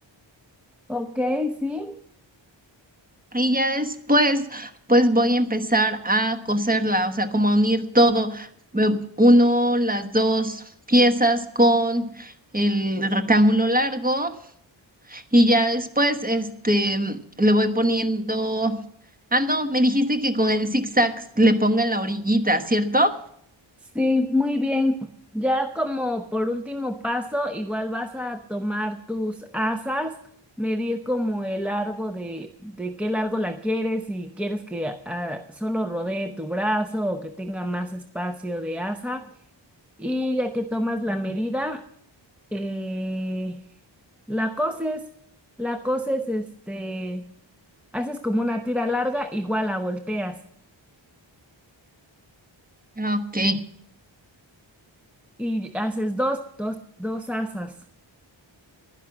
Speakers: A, in the centre; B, on the right (about 20°).
A: Ok, sí.
B: Y ya después, pues voy a empezar a coserla, o sea, como a unir todo, eh, uno, las dos piezas con el rectángulo largo y ya después, este, le voy poniendo, ah, no, me dijiste que con el zigzag le ponga en la orillita, ¿cierto?
A: Sí, muy bien. Ya como por último paso, igual vas a tomar tus asas, medir como el largo de, de qué largo la quieres, si quieres que ah, solo rodee tu brazo o que tenga más espacio de asa. Y ya que tomas la medida, eh, la coses, la coses, este, haces como una tira larga, igual la volteas
B: Ah, Ok,
A: y haces dos, dos, dos asas.